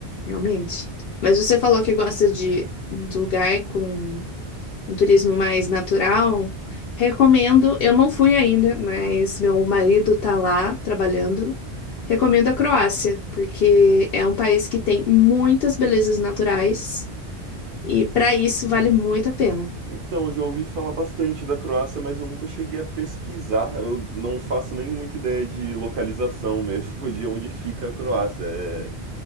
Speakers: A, on the left; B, on the right.
A: realmente. Mas você falou que gosta de, de lugar com um turismo mais natural. Recomendo, eu não fui ainda, mas meu marido tá lá trabalhando. Recomendo a Croácia, porque é um país que tem muitas belezas naturais e para isso vale muito a pena.
B: Então, eu já ouvi falar bastante da Croácia, mas eu nunca cheguei a pesquisar. Eu não faço nem muita ideia de localização mesmo, <laughs> de onde fica a Croácia. É,